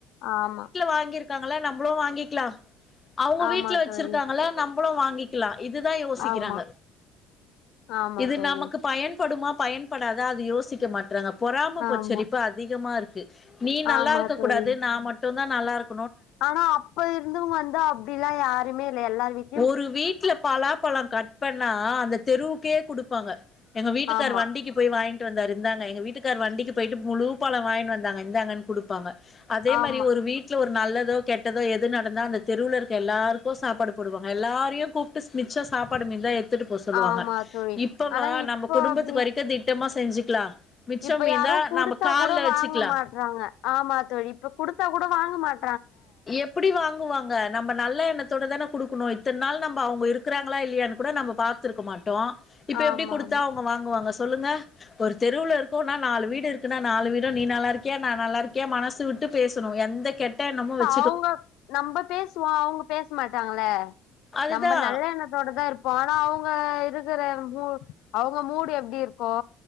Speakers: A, on the left; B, on the left.
A: ஆமா
B: வாங்கிருக்காங்களா நம்மளும் வாங்கிக்கலாம் அவுங்க
A: ஆமா
B: வீட்ல வச்சிருக்காங்களா
A: தோழி
B: நம்மளும் வாங்கி க்களா இதுதான் யோசிக்கிறாங்க
A: ஆமா ஆமா
B: இது
A: தோழி
B: நமக்கு பயன்படுமா பயன்படாத அது யோசிக்க மாட்றாங்க பொறம பொச்சரிப்பு
A: ஆமா
B: அதிகமா இருக்கு நீ நல்லா
A: ஆமா
B: இருக்க
A: தோழி
B: கூடாது நான் மட்டும் தான் நல்லா இருக்
A: ஆனா அப்ப இருந்தவுங்கஅப்டி எல்லாம் யாருமே இல்ல எல்லார் வீட்டு
B: ஒரு வீட்டுல பலாப்பழம் கட் பண்ணா ஆ அந்த தெருவுக்கே குடுப்பாங்க எங்க வீட்டுக்கார்
A: ஆமா
B: வண்டிக்கு போய் வாங்கிட்டு வந்தார் இருந்தாங்க எங்க வீட்டுக்கார் வண்டிக்கு போயிட்டு முழு பலம் வாங்கி வந்தாங்க இருந்தாங்கன்னு கொடுப்பாங்க அதே
A: ஆமா
B: மாரி ஒரு வீட்டுல ஒரு நல்லது கெட்டதோ எது நடந்தா அந்த தெருவில இருக்க எல்லாருக்கும் சாப்பாடு போடுவாங்க எல்லாரையும் கூப்பிடு மிச்சா சாப்பாடு மீ தான் எடுத்துட்டு போவ சொல்லுவாங்க
A: ஆமா தோழி
B: இப்பவ
A: ஆனா இப்போ
B: நம்ம குடும்பத்துக்கு
A: அப்டி
B: வரைக்கும் த திட்டமா செஞ்சுக்கலா மிச்சம்
A: இப்ப
B: மீந்தா
A: யாரோகொடுத்தா
B: நம்ம கால்ல
A: கூட
B: வச்சுக்கலா
A: வாங்க மாட்டறாங்க ஆமாத்தோழி இப்ப கொடுத்தா கூட வாங்க மாட்ட
B: எப்டி வாங்குவாங்க நம்ம நல்ல எண்ணத்தோட தான கொடுக்கணும் இத்தன நாள் நம்ம அவங்க இருக்கிறாங்களா இல்லையனு கூட நம்ம பாார்த்திருக்க மாட்டோம் இப்ப
A: ஆமா
B: எப்டி கொடுத்தா
A: ஆமா
B: அவங்க வாங்குவாங்க சொல்லுங்க ஒரு தெருவவூல இருக்கும் நாலு வீடு இருக்குனா நாலு வீடும் நீ நல்லா இருக்கிய நான் நல்லா இருக்கேன் மனசு விட்டு பேசரோ எந்த கெட்ட என்னமோ வச்ச
A: அவங்க நம்ம பேசுவ அவங்க பேச மாட் மட்டங்கள
B: அதுதா
A: நம்ம நல்ல எண்ணத்தோட தான் இருப்போம் ஆனா அவங்க இருக்குற அவங்க மூடு எப்டு இருக்கோ